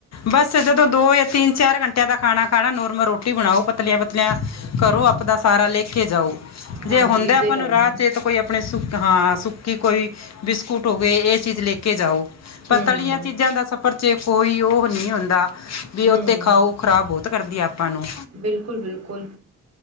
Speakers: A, on the left (about 50°); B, on the right (about 45°).
A: ਬਸ ਜਦੋਂ ਦੋ ਜਾਂ ਤਿੰਨ ਚਾਰ ਘੰਟਿਆਂ ਦਾ ਖਾਣਾ ਖਾਣਾ ਨੋਰਮਲ ਰੋਟੀ ਬਣਾਓ ਪਤਲੀਆਂ-ਪਤਲੀਆਂ। ਘਰੋ ਆਪਣਾ ਸਾਰਾ ਲੇਕੇ ਜਾਓ, ਜੇ
B: ਹਾਂਜੀ
A: ਹੁੰਦਾ
B: ਏਦਾਂ
A: ਆਪਾਂ
B: ਹੀ ਕਰਾਂਗੇ
A: ਨੂੰ ਰਾਹ ਚੇਤ ਕੋਈ ਆਪਣੇ ਸੁੱਕ ਹਾਂ ਸੁੱਕੀ ਕੋਈ ਬਿਸਕੁਟ ਹੋਵੇ ਇਹ ਚੀਜ਼ ਲੈ ਕੇ ਜਾਓ, ਪਤਲੀਆਂ
B: ਹਮ
A: ਚੀਜ਼ਾਂ ਦਾ ਸਫ਼ਰ ਚ ਕੋਈ ਉਹ ਨਹੀਂ ਹੁੰਦਾ, ਵੀ
B: ਹਮ
A: ਉੱਥੇ ਖਾਓ ਖ਼ਰਾਬ ਬੋਤ ਕਰਦੀ ਆਪਾਂ ਨੂੰ।
B: ਬਿਲਕੁਲ ਬਿਲਕੁਲ।